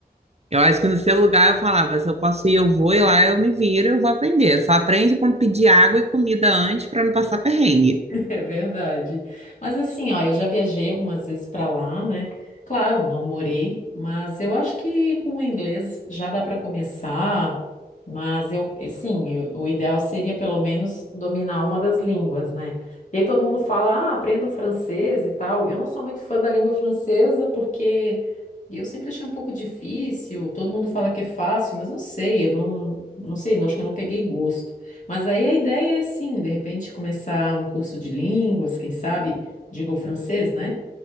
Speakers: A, on the right; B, on the left.
A: eu acho que no seu lugar eu falava: se eu posso ir, eu vou, e lá eu me viro, eu vou aprender. Só aprende como pedir água e comida antes para não passar perrengue.
B: <laughs> É verdade. Mas assim, ó, eu já viajei algumas vezes para lá, né? Claro, não morei, mas eu acho que com o inglês já dá para começar. Mas eu, e sim, eu- o ideal seria pelo menos dominar uma das línguas, né? E aí todo mundo fala, ah, aprendo francês e tal. Eu não sou muito fã da língua francesa porque eu sempre achei um pouco difícil. Todo mundo fala que é fácil, mas não sei, eu não, não sei, eu acho que eu não peguei gosto. Mas aí a ideia é sim, de repente começar um curso de línguas, quem sabe, digo francês, né?